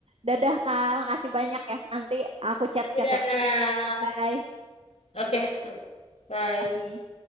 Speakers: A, on the right (about 60°); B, on the left (about 70°).
A: Dadah, Kak. Makasih banyak ya. Nanti aku chat-chat
B: <laughs> Dadah.
A: lagi. Bye.
B: Oke, bye.
A: kasih